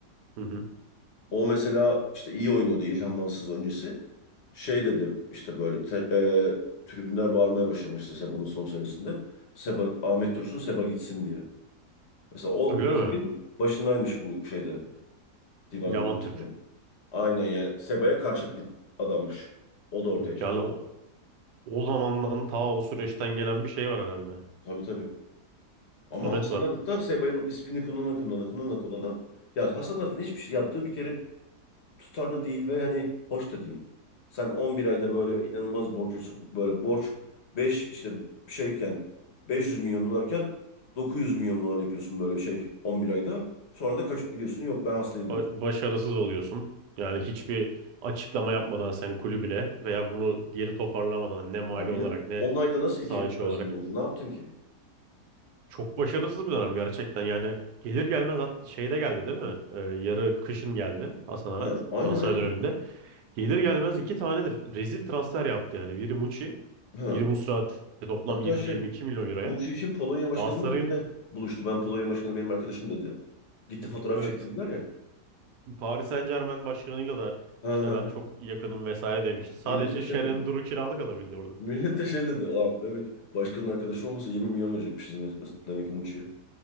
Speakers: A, on the right (about 80°); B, on the left (about 50°).
A: Hı hı.
B: O mesela işte iyi oynuyordu İlhan Mansız öncesi. Şey dedi işte böyle te- e, tribünler bağırmaya başlamıştı Seba'nın son senesinde. Seba, Ahmet Dursun Seba gitsin diye. Mesela o
A: Öyle
B: ekibin
A: mi?
B: başındaymış bu şeyde. Divan
A: Yaman
B: Kurulu
A: Türk.
B: çıkıyor. Aynen yani Seba'ya karşıt bir adammış. O da ortaya çıktı.
A: Yani o, o zamandan ta o süreçten gelen bir şey var herhalde.
B: Tabii tabii. Ama
A: Sumet
B: Hasan
A: var.
B: Arat Seba'nın ismini kullanana kullanana kullanana kullanana. Ya Hasan Arat'ın hiçbir şey yaptığı bir kere tutarlı değil ve hani hoş da değil. Sen 11 ayda böyle
A: Hı hı.
B: inanılmaz borcu sokup böyle borç 5 işte şeyken 500 milyon dolarken 900 milyon dolar yapıyorsun böyle şey 11 ayda. Sonra da kaçıp gidiyorsun yok ben hastayım
A: Ba-
B: diyorsun.
A: Başarısız oluyorsun. Yani hiçbir açıklama yapmadan sen kulübüne veya bunu geri toparlamadan ne mali
B: Ya bir
A: olarak
B: de
A: ne
B: 10 ayda nasıl
A: saha
B: ikiye katlarsın
A: içi olarak.
B: borcu ne yaptın ki?
A: Çok başarısız bir dönem gerçekten. Yani gelir gelmez at- şeyde geldi değil mi? Ee, yarı kışın geldi Hasan Arat
B: Ha, aynen
A: transfer
B: aynen.
A: döneminde. Gelir gelmez iki tanedir rezil transfer yaptı yani. Biri Muçi,
B: Ha.
A: biri Musrati. Toplam
B: Hatta
A: 20-22
B: şey
A: milyon euroya.
B: Muçi için Polonya Başkanı'yla
A: Galatasaray'ın
B: mı ne buluştu? Ben Polonya Başkanı benim arkadaşım dedi. Gitti
A: e,
B: fotoğraf
A: evet
B: çektirdiler ya.
A: Paris Saint-Germain başkanıyla da
B: Ha
A: işte
B: ha
A: ben
B: ha.
A: çok yakınım vesaire demişti. Sadece
B: Millet de şey
A: Şeren
B: dedi.
A: Duru kiralık alabildi oradan.
B: Millet de şey dedi. Ulan demek başkanın arkadaşı olmasa 20 milyon verecekmişiz mes- mes- demek ki Muçi'ye.